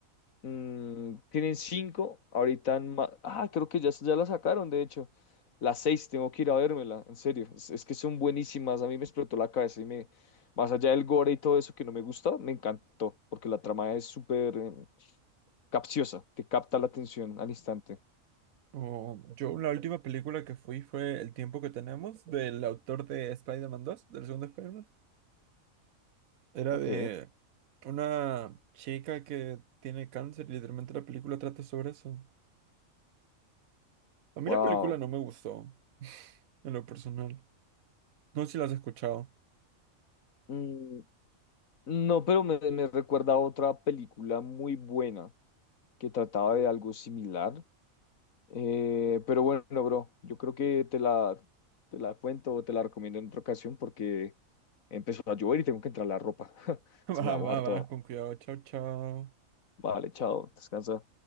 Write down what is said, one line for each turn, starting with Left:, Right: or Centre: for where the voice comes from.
Left: Mm, tienen cinco, ahorita en ma- Ah, creo que ya, ya la sacaron, de hecho. Las seis, tengo que ir a vérmela, en serio. Es, es que son buenísimas, a mí me explotó la cabeza y me... Más allá del gore y todo eso que no me gusta, me encantó, porque la trama es súper eh, capciosa, te capta la atención al instante.
Right: Oh, yo la última película que fui fue El tiempo que tenemos, del autor de Spider-Man 2, del segundo Spider-Man. Era
Left: Ok,
Right: de una chica que tiene cáncer y literalmente la película trata sobre eso. A mí
Left: wow.
Right: la película no me gustó, <laughs> en lo personal. No sé si la has escuchado.
Left: Mm, no, pero me, me recuerda a otra película muy buena que trataba de algo similar. Eh, pero bueno, bro, yo creo que te la, te la cuento o te la recomiendo en otra ocasión porque empezó a llover y tengo que entrar la ropa. <laughs>
Right: <laughs> Va,
Left: Se me va a
Right: va,
Left: mojar
Right: va,
Left: toda.
Right: con cuidado. Chao, chao.
Left: Vale, chao, descansa.